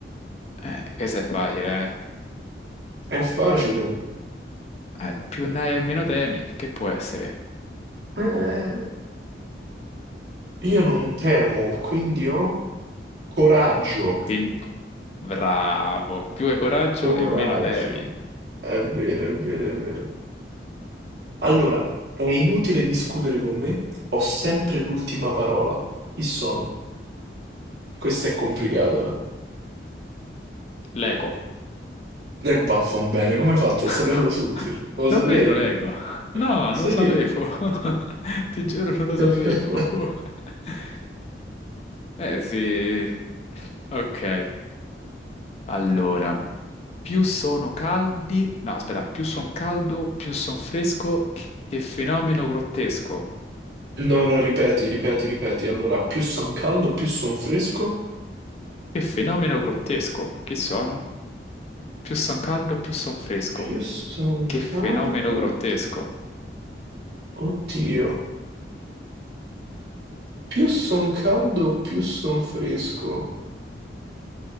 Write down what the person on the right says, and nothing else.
È facile.
Eh, io non temo, quindi ho coraggio.
Coraggio.
È vero, è vero, è vero. Allora, è inutile discutere con me, ho sempre l'ultima parola. Chi sono? Questo è complicato,
eh. E vaffanbene, come hai fatto
a saperlo subito? Lo
sapevi?
Sì.
<laughs>
No, no, ripeti, ripeti, ripeti. Allora, più son caldo, più son fresco.
Più son
caldo?
Oddio. Più son caldo, più son fresco.